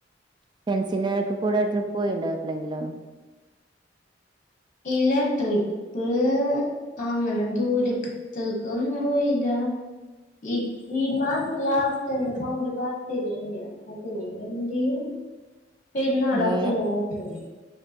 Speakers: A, on the right; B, on the left.
A: ഫ്രണ്ട്സിന്റെ ഒക്കെ കൂടെ ട്രിപ്പ് പോയീണ്ടാ എപ്പളെങ്കിലും.
B: ഇല്ല ട്രിപ്പ് അങ്ങനെ ദൂരത്തെക്കൊന്നും പോയില്ല. ഈ ഈ മാസം ലാസ്റ്റ് എൻ്റെ മോൻ്റെ ബർത്തഡേണ്. അതിനുവേണ്ടി പെരുന്നാളൊക്കെല്ലേ
A: ഏ
B: വരണത്.